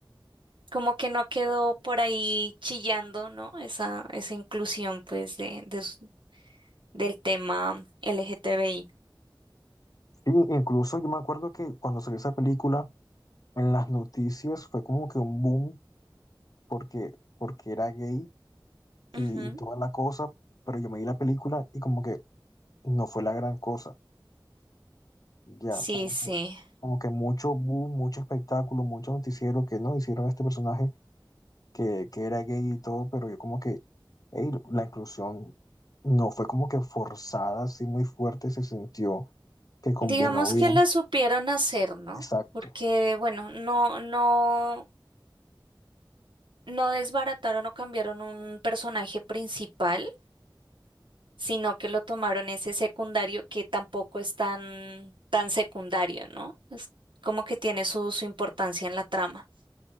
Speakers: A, on the right; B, on the left.
A: como que no quedó por ahí chillando, ¿no? Esa, esa inclusión, pues, de, de s- del tema LGTBI.
B: Sí, incluso yo me acuerdo que cuando salió esa película, en las noticias fue como que un boom porque, porque era gay y,
A: Ujú.
B: y toda la cosa, pero yo me vi la película y como que no fue la gran cosa. Ya,
A: Sí,
B: como
A: sí.
B: que, como que mucho boom, mucho espectáculo, mucho noticiero que no hicieron a este personaje que, que era gay y todo, pero yo como que, hey, la inclusión no fue como que forzada, así muy fuerte, se sintió que combinó
A: Digamos
B: bien.
A: que la supieron hacer, ¿no?
B: Exacto.
A: Porque, bueno, no, no, no desbarataron o cambiaron un personaje principal, sino que lo tomaron ese secundario que tampoco es tan, tan secundario, ¿no? Es como que tiene su, su importancia en la trama.